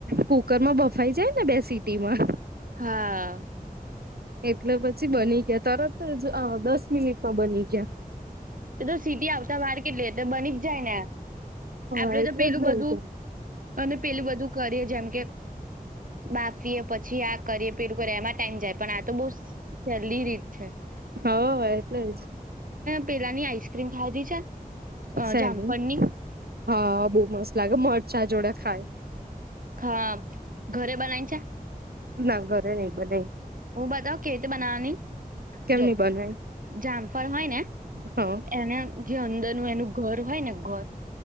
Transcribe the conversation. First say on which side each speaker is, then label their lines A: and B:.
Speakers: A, on the right (about 90°); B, on the right (about 60°).
A: કુકર માં બફાઈ જાય ને બે સીટી માં.
B: હા.
A: એટલે પછી બની ગયા તરત જ અહ દસ મિનિટમાં બની ગયા.
B: એ તો સીટી આવતા વારે <unintelligible> એટલે બની જ જાય ને. આપડે
A: હા એટલે
B: તો પેલું
A: જ
B: બધું અને પેલું બધું કરીએ જેમ કે બા ફીએ પછી આ કરીએ પેલું <unintelligible> ટાઈમ જાય પણ આ તો બહું સહેલી રીત છ
A: હ એટલે જ
B: પેલા ની આઈસ્ક્રીમ ખાધી છે અ
A: સેલન
B: જામફળની
A: હા બહુ મસ્ત લાગે મરચા જોડે થાય
B: હા ઘરે બનાવી છે
A: નાગોરે નઈ બઈ
B: હું બતાવ કેવી રીતે બનાવાની
A: કેમ
B: જો
A: નહી બનાવી
B: જામફળ હોય ને
A: હા
B: એને જે અંદરનું એનું ઘર હોય ને ઘર